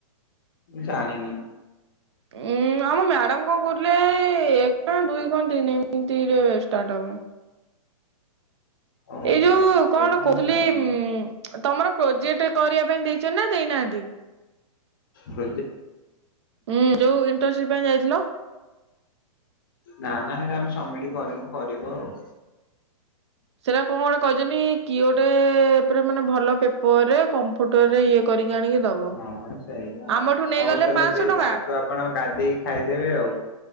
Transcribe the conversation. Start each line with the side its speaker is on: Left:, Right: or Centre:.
Left: ମୁଁ ଜାଣିନି?
Right: ଉଁ ଆମ ମ୍ୟାଡାମ କଣ କରୁଥିଲେ ଏକ ନା ଦୁଇ ଇ ତିନିରେ ଷ୍ଟାର୍ଟ ହବ।
Left: ଓହୋ।
Right: ଏଇ ଯୋଉ କଣ
Left: ଏଇଥିପାଇଁ
Right: କହୁଥିଲି
Left: ମୁଁ ଜାଣିନି।
Right: ଉଁ ତମର ପ୍ରୋଜେକ୍ଟ କରିବା ପାଇଁ ଦେଇଛନା ଦେଇନାହାନ୍ତି।
Left: ହ।
Right: ହୁଁ ଯୋଉ ଇଣ୍ଟରସିପ ପାଇଁ ଯାଇଥିଲ।
Left: ନା ନା ହେଟା ଆମେ ସମିଟି କରିନୁ କରିବୁ ଆଉ।
Right: ସେଟା କଣ ଗୋଟେ କହିଛନ୍ତି କିଏ ଗୋଟେ ପୁରା ମାନେ ଭଲ ପେପରରେ କମ୍ପ୍ୟୁଟର ରେ ଇଏ କରିକି ଆଣିକି ଦବ।
Left: ହଁ ସେଇ
Right: ଆମଠୁ ନେଇଗଲେ
Left: ହଉ ତାହେଲେ
Right: ପାଁଶହ
Left: ଦେଇ
Right: ଟଙ୍କା।
Left: ଯାଆନ୍ତୁ ଆପଣ ଗାଧେଇ ଖାଇଦେବେ ଆଉ।